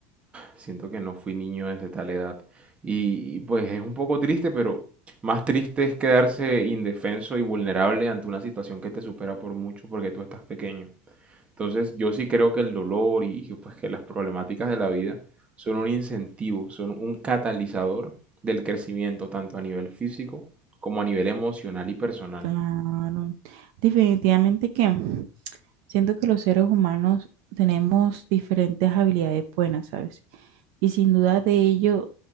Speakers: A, on the right; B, on the right.
A: siento que no fui niño desde tal edad. Y, y, pues es un poco triste, pero más triste es quedarse indefenso y vulnerable ante una situación que te supera por mucho porque tú estás pequeño. Entonces yo sí creo que el dolor y que, pues que las problemáticas de la vida son un incentivo, son un catalizador del crecimiento tanto a nivel físico como a nivel emocional y personal.
B: Claro. Definitivamente que... Siento que los seres humanos tenemos diferentes habilidades buenas, ¿sabes? Y sin duda de ello